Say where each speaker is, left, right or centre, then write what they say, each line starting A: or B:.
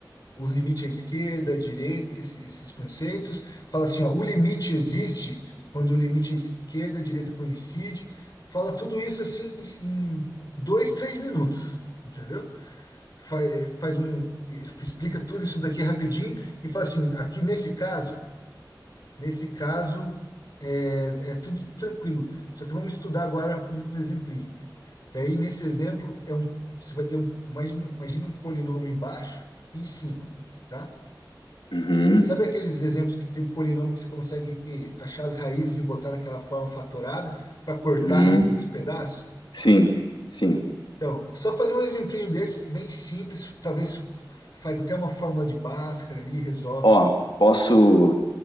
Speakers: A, on the left; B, on the left.
A: o limite à esquerda, à direita, esse- esses conceitos. Fala assim, ó, o limite existe quando o limite à esquerda, à direita coincide. Fala tudo isso assim em dois, três minutos, entendeu? Fa- é, Faz um, explica tudo isso daqui rapidinho e fala assim, aqui nesse caso, Nesse caso, é, é tudo tranquilo. Só que vamos estudar agora um exemplinho. Daí, nesse exemplo, é um, você vai ter um, imagina, imagina um polinômio embaixo e em cima, tá?
B: uhum,
A: Sabe aqueles exemplos que tem polinômio que você consegue achar as raízes e botar naquela forma fatorada para cortar
B: uhum,
A: uns pedaços?
B: sim, sim.
A: Então, só fazer um exemplinho desse, bem simples, talvez f- faz até uma fórmula de Bhaskara ali, resolve
B: Ó,
A: o.
B: posso,